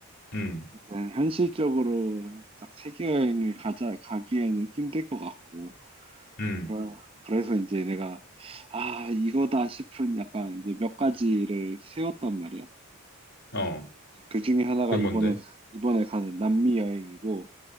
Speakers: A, on the left (about 50°); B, on the right (about 25°).
A: 음,
B: 이제 현실적으로 딱 세계 여행을 가자 가기에는 힘들 것 같고.
A: 음,
B: 그러- 그래서 이제 내가, 아, 이거다 싶은 약간 이제 몇 가지를 세웠단 말이야.
A: 어,
B: 그 중에 하나가
A: 그
B: 이번에,
A: 뭔데?
B: 이번에 가는 남미 여행이고,